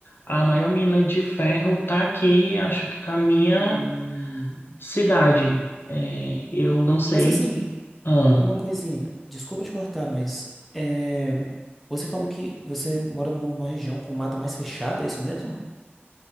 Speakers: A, on the left; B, in the centre.
A: a maior mina de ferro tá aqui, acho que na minha
B: hum,
A: cidade. É, eu não sei.
B: Mas assim,
A: Ah,
B: uma coisinha, desculpa te cortar, mas é, você falou que você mora num- numa região com mata mais fechada, é isso mesmo?